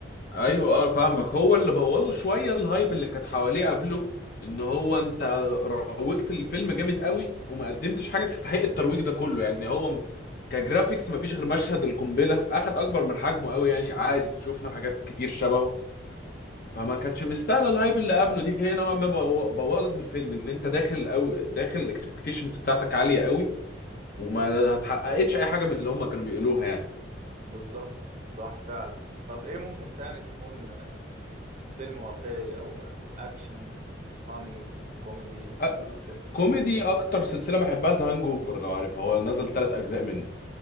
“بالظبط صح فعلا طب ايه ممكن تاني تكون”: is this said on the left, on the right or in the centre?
Right